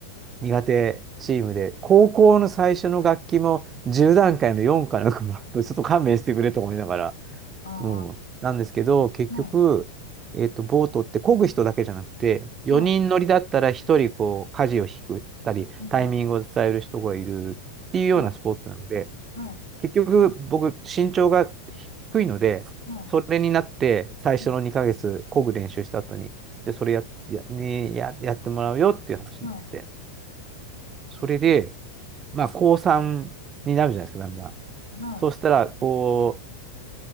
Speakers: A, on the right; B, on the left.
A: 苦手チームで、高校の最初の楽器も、10段階の4かなんかもらって、ちょっと勘弁してくれと思いながら、
B: ああ。
A: うん。なんですけど、結局、
B: はい。
A: えっと、ボートって漕ぐ人だけじゃなくて、4人乗りだったら1人こう、
B: は
A: 舵を引くたり、
B: い。うん。
A: タイミングを伝える人がいるっていうようなスポーツなので、
B: はい。はい。
A: 結局僕、身長が低いので、
B: はい。
A: それになって最初の2ヶ月漕ぐ練習した後に、
B: うん
A: で、それや、や、にや、やってもらうよっていう話になって、
B: はい。
A: それで、まあ、高3になるじゃないですか、だんだん。
B: はい。
A: そうしたら、こ